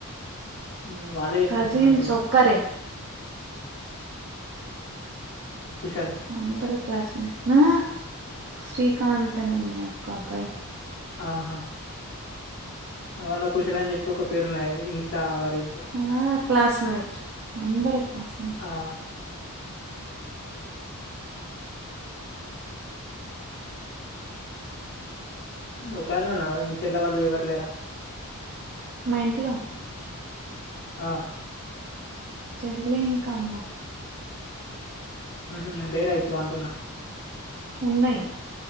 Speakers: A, on the left; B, on the right.
A: ఉమ్ వాళ్ళే చేశినట్టుంది
B: కజిన్స్
A: మంచిగా
B: ఒక్కరే
A: కుషల్
B: అందరు క్లాస్మేట్ నా శ్రీకాంత్ అని ఉన్నయి ఒక్కబ్బాయి
A: ఆహా వాళ్ళ కుషల అని జెప్పి ఒక పేరున్నది ఇన్స్టా రీల్స్ ల
B: ఆ క్లాస్మేట్ అందరూ క్లాస్మేట్
A: ఆ ఒకదానివే ఉన్నవా మీ చెల్లె వాళ్ళు ఎవరు లేరా
B: మ ఇంట్లో
A: ఆ
B: చెల్లి ఇంక అమ్మా
A: ఉహ్మ్ లేరా ఇప్పుడు అంటున్న
B: ఉన్నయి